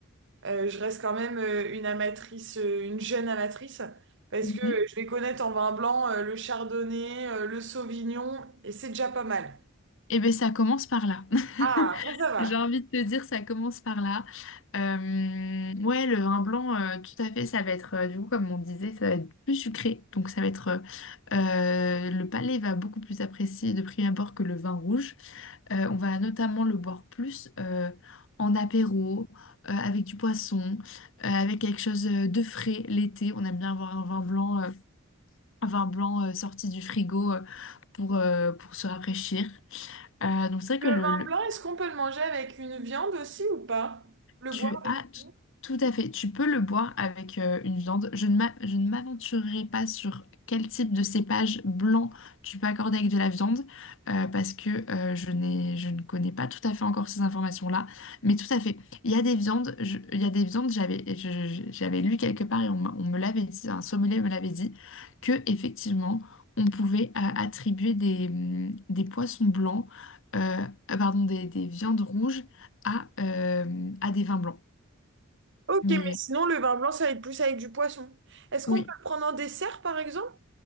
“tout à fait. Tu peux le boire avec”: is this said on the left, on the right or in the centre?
Left